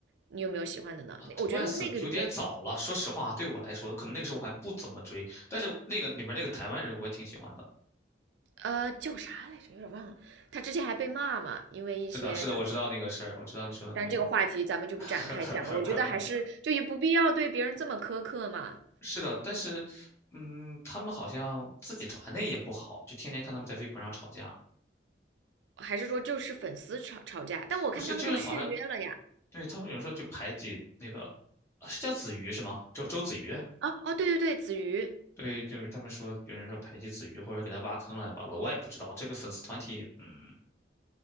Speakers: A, on the right; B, on the left.
A: 你有没有喜欢的呢？
B: 啊，Twice
A: 我觉得那个里面
B: 有点早了，说实话，对我来说，可能那个时候我还不怎么追，但是那个里面那个台湾人我也挺喜欢的。
A: 呃叫啥来着，有点忘了。她之前还被骂嘛，因为一些就是。
B: 是的，是的，我知道那个事儿，我知道你说的那个。
A: 但这个话题咱们就不展开讲了，
B: <laughs>
A: 我觉得还是就也不必要对别人这么苛刻嘛。
B: 是的，但是，嗯，他们好像自己团内也不好，就天天看他们在微博上吵架，
A: 还是说就是粉丝吵吵架？但我看他们都续约了呀。
B: 不是，就是好像对他们有人说就排挤那个，啊是叫子瑜是吗？周周子瑜，
A: 啊哦，对对对，子瑜，
B: 对，就是他们说有人说排挤子瑜或者给他挖坑乱七八糟我也不知道这个粉丝团体，嗯，